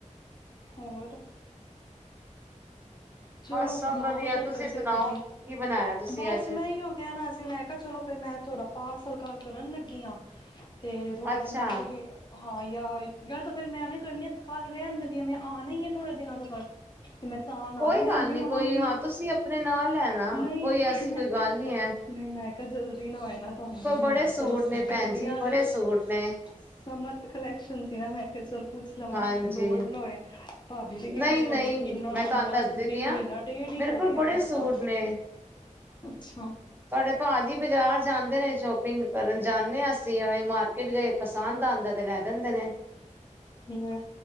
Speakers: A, on the left (about 35°); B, on the right (about 15°).
A: ਹੋਰ ਚਲੋ
B: ਬਸ ਸਭ
A: ਲਾਓ
B: ਵਧੀਆ
A: ਚੱਕਰ
B: ਤੁਸੀਂ ਸੁਣਾਓ
A: ਫੇਰ ਕਦੀ
B: ਕੀ ਬਣਾਇਆ ਤੁਸੀਂ
A: ਬਸ
B: ਅੱਜ
A: ਮੈਂ ਹੀ ਹੋ ਕਹਿਣਾ ਸੀ ਮੈਂ ਕਿਹਾ ਚਲੋ ਫਿਰ ਮੈਂ ਤੁਹਾਡਾ ਪਾਰ ਸਲਕਾਰ ਕਰਨ ਲੱਗੀ ਆ। ਅਤੇ ਥੋੜਾ
B: ਅੱਛਾ
A: ਜਹਾ ਮੈਿੰਨੂੰਓ ਹਾਂ ਯਾਰ- ਯਾਰ ਤਾਂ ਫਿਰ ਮੈਂ ਵੀ ਕਰਨੀ ਆ ਘਰ ਰਹਿਣ ਦਦੀਾਂ ਆ, ਮੈਂ ਆਉਣਾ ਹੀ ਆ ਥੋੜ੍ਹੇ ਦਿਨਾਂ ਤੋਂ ਫਰ ਤੇ ਮੈਂ ਤਾਂ ਨਾਲ
B: ਕੋਈ
A: ਲੈਂਦੀ
B: ਗੱਲ ਨੀ ਕੋਈ
A: ਆਵਾਂਗੀ
B: ਹਾਂ ਤੁਸੀਂ ਆਪਨੇ ਨਾਲ ਲੈਨਾ
A: ਨਹੀਂ
B: ਕੋਈ
A: ਥੋੜੀ
B: ਐਸੀ
A: ਮੈਂ
B: ਕੋਈ
A: ਕਿਹਾ
B: ਗੱਲ ਨੀ ਏ।
A: ਨਹੀਂ ਮੈਂ ਕਿਹਾ ਜਲਦੀ ਨਾ ਆਏ ਨਾ ਤੁਹਾਨੂੰ ਜਿਵੇਂ
B: ਬੜੇ ਸੂਟ
A: ਚਲੋ
B: ਨੇ ਭੈਣ
A: ਗਰਮੀਆਂ
B: ਜੀ ਬੜੇ
A: ਦੇ
B: ਸੂਟ ਨੇ
A: ਸਮਰ ਕਲੈਕਸ਼ਨ ਸੀ ਨਾ ਮੈਂ ਕਿਐ ਚਲ ਪੁੱਛ ਲਵਾਂ
B: ਹਾਂਜੀ
A: ਲੋੜ ਨਾ ਹੋਏ ਭਾਬੀ ਵੀ ਕਹਿੰਦੀ
B: ਨਹੀਂ ਨਹੀਂ
A: ਹੋਣੀ ਕਿੰਨਾ
B: ਮੈਂ
A: ਮਹੀਨਾ
B: ਤੁਹਾਨੂੰ ਦੱਸਦੀ ਪਈ
A: ਵੀ
B: ਹਾਂ
A: ਮਹੀਨਾ ਡੇਢ ਹੀ
B: ਮੇਰੇ
A: ਹੋ
B: ਕੋਲ
A: ਗਿਆ
B: ਬੜੇ
A: ਮੈਨ
B: ਸੂਟ
A: ਤਾਂ
B: ਨੇ
A: ਅੱਛਾ
B: ਤੁਹਾਡੇ ਭਾ ਜੀ ਬਾਜ਼ਾਰ ਜਾਂਦੇ ਨੇ ਸ਼ੋਪਿੰਗ ਕਰਨ ਜਾਂਦੇ ਹਾਂ ਅਸੀਂਵੇਂ ਮਾਰ ਕਿਦਰੇ ਪਸੰਦ ਆਂਦਾ ਐ ਤੇ ਲੈ ਦੇਂਦੇ ਨੇ।
A: ਲੈ